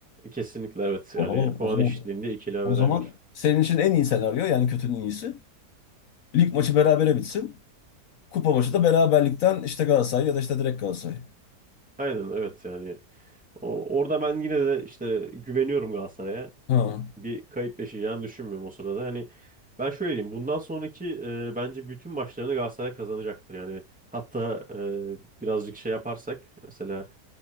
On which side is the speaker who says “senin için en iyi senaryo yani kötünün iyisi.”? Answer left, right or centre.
Left